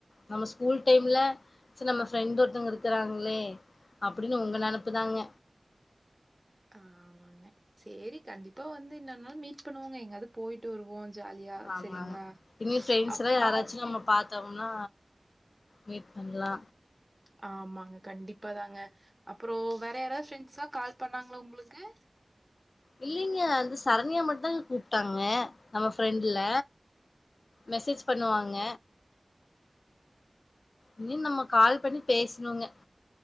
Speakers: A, on the left; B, on the right.
A: நம்ம ஸ்கூல் டைம்ல சர் நம்ம ஸ்கூல் டைம்ல சு நம்ம ஃப்ரெண்ட் ஒருத்தவங்க இருக்றாங்களே அப்டின்னு உங்க நெனப்புதாங்க
B: ஆமாங்க சேரி கண்டிப்பா வந்து இன்னொரு நாள் மீட் பண்ணுவோங்க எங்காயாதுப் போயிட்டு வருவோ ஜாலியா
A: ஆமாங்க
B: சரிங்ளா
A: இனி ஃப்ரெண்ட்ஸ்
B: அப்றோ
A: எல்லா யாராச்சு
B: பார்
A: நம்ம பாத் தோம்னா மீட் பண்லா
B: ஆமாங்க கண்டிப்பா தாங்க அப்றோ ஓ வேற யாராவது ஃப்ரெண்ட்ஸா கால் பண்ணாங்களா உங்ளுக்கு
A: இல்லங்க வந்து சரண்யா மட்டுதாங்க கூப்டாங்க நம்ம ஃப்ரெண்ட்ல மெசேஜ் பண்ணுவாங்க இன்னிம் நம்ம கால் பண்ணி பேசணுங்க